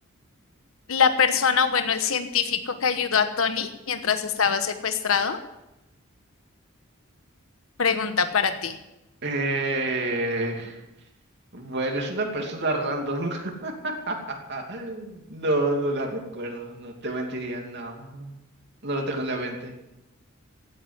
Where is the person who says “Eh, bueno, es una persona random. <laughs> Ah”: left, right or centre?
Right